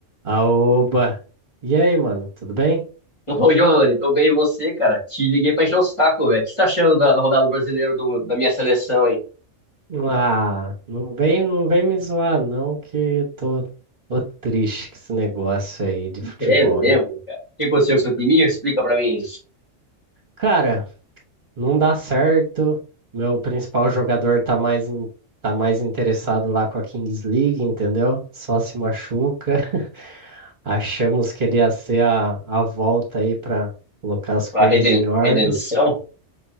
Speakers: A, on the right; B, on the left.
A: Aoba! E aí, mano, tudo bem?
B: <laughs> Ô, Giovanni, tô bem e você, cara? Te liguei pra encher o saco, velho. O que você tá achando da, da rodada brasileira do- da minha seleção, hein?
A: Ah, não vem, não vem me zoar, não, que eu tô, tô triste com esse negócio aí de futebol,
B: É mesmo,
A: hein?
B: cara. O que aconteceu com o seu time? Explica pra mim.
A: Cara, não dá certo. Meu principal jogador tá mais, in- tá mais interessado lá com a Kings League, entendeu? Só se machuca. <laughs> Achamos que ele ia ser a, a volta aí pra colocar as coisas
B: Pra reden-
A: em ordem,
B: redenção?